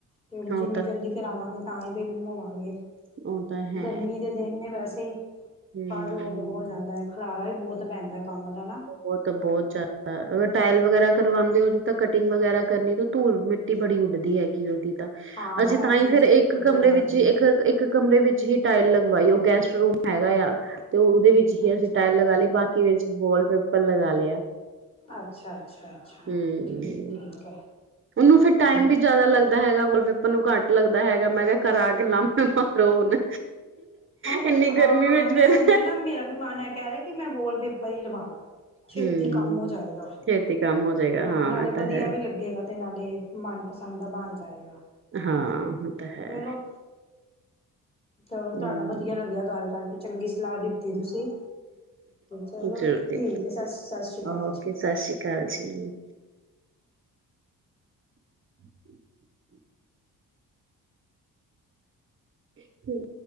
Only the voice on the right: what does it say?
ਉਹ ਤਾਂ
ਉਹ ਤਾਂ ਹੈ
ਹੂੰ
ਉਹ ਤਾਂ ਬਹੁਤ ਜ਼ਿਆਦਾ, ਅਗਰ ਟਾਇਲ ਵਗੈਰਾ ਕਰਵਾਉਂਦੇ, ਉਹਦੀ ਤਾਂ ਕਟਿੰਗ ਵਗੈਰਾ ਕਰਨੀ ਤਾਂ ਧੁਲ ਮਿੱ ਮਿਟੀ ਬੜੀ ਉੱਡਦੀ ਹੈਗੀ ਉਹਦੀ ਤਾਂ
ਅਸੀਂ ਤਾਂ
ਹੀ ਫੇਰ ਇੱਕ
ਕਮਰੇ
ਵਿੱਚ ਇੱਕ
ਇੱਕ ਕਮਰੇ ਵਿੱਚ ਹੀ ਟਾਇਲ ਲਗਵਾਈ, ਉਹ ਗੈਸਟ ਰੂਮ ਹੈਗਾ ਆ, ਤੇ ਉਹਦੇ ਵਿੱਚ ਤੇ
ਅਸੀਂ ਟਾਇਲ ਲਗਾ ਲਈ ਬਾਕੀ ਵਿੱਚ ਵਾਲਪੇਪਰ ਲਗਾ ਲਿਆ।
ਹਮ
ਉਹਨੂੰ ਫਿਰ ਟਾਈਮ
ਵੀ ਜ਼ਿਆਦਾ ਲੱਗਦਾ ਹੈਗਾ ਵਾਲਪੇਪਰ ਉਹਨੂੰ ਘੱਟ ਲੱਗਦਾ ਹੈਗਾ, ਮੈਂ ਕਿਹਾ ਕਰਾ ਕੇ ਲਮੇ ਮਾਰੋ ਹੁਣ।
ਇੰਨੀ ਗਰਮੀ
ਵਿੱਚ
ਫੇਰ
ਹਮ
ਛੇਤੀ ਕੰਮ ਹੋ ਜਾਏਗਾ ਹਾਂ
ਇਹ ਤਾਂ
ਹੈ
ਹਾਂ ਇਹ ਤਾਂ ਹੈ
ਹੂੰ
ਜ਼ਰੂਰ
ਜੀ
ਓਕੇ
ਸਤਿ ਸ਼੍ਰੀ ਅਕਾਲ ਜੀ। ਹਮ <inaudible> ਹਮ